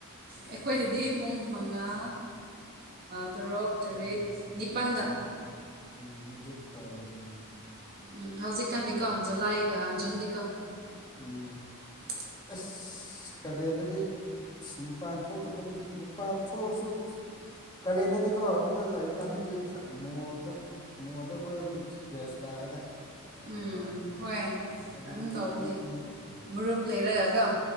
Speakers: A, on the right; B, on the left.
A: ꯑꯩꯈꯣꯏꯗꯗꯤ ꯄꯨꯡ ꯃꯉꯥ ꯇꯔꯨꯛ ꯇꯔꯦꯠ ꯅꯤꯄꯥꯟꯗ꯫
B: ꯎꯝ ꯑꯗꯨ ꯇꯧꯔꯝꯃꯅꯤ꯫
A: ꯎꯝ ꯍꯧꯖꯤꯛꯀꯥꯟꯗꯤꯀꯣ ꯖꯨꯂꯥꯏꯒ ꯖꯨꯟꯗꯤꯀꯣ꯫ <unintelligible>
B: ꯎꯝ ꯑꯁ ꯀꯂꯦꯟꯗꯗꯤ ꯑꯁ ꯃꯄꯥꯟ ꯊꯣꯛꯇꯕꯟ ꯃꯄꯥꯟ ꯊꯣꯛꯑꯁꯨ ꯀꯥꯂꯦꯟꯗꯗꯤꯀꯣ ꯑꯗꯨ ꯑꯗꯨ ꯂꯩꯕ ꯀꯥꯟꯗꯗꯤ
A: ꯎꯝ
B: ꯊ ꯃꯣꯜꯗ ꯃꫭꯜꯗ ꯀꯣꯏꯕꯅ ꯕꯦꯁ ꯇꯥꯑꯦꯗ꯫
A: ꯎꯝ ꯍꯣꯏ
B: ꯑꯗꯨꯗꯗꯤ
A: ꯑꯗꯨꯝ ꯇꯧꯕꯅꯦ
B: ꯏꯪꯉꯦ
A: ꯃꯔꯨꯞ ꯂꯩꯔꯒꯀꫭ꯫